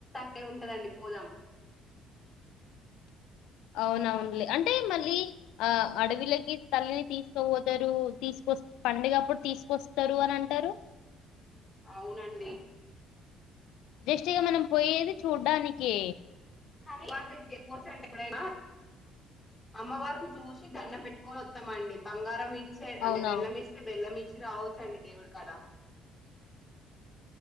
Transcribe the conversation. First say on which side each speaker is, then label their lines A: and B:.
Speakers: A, on the left (about 20°); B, on the left (about 70°).
A: అంటే ఉంటదండి పూలం
B: అవునవునులే అంటే మళ్ళీ ఆఅడివిలకి తల్లిని తీసుకుపోతారు తీసుకొస్త పండగప్పుడు తీసుకొస్తారు అని అంటారు
A: అవునండి
B: జస్ట్గా మనం పోయేది చూడ్డానికి
A: కానీ వారి దగ్గర <unintelligible> ఎప్పుడైనా అమ్మవారిని చూసి దండం పెట్టుకొని వస్తామండి బంగారం ఇచ్చే అంటే
B: అవునా
A: బెల్లం ఇస్తే బెల్లం ఇచ్చ రావచ్చండి దేవుడికాడ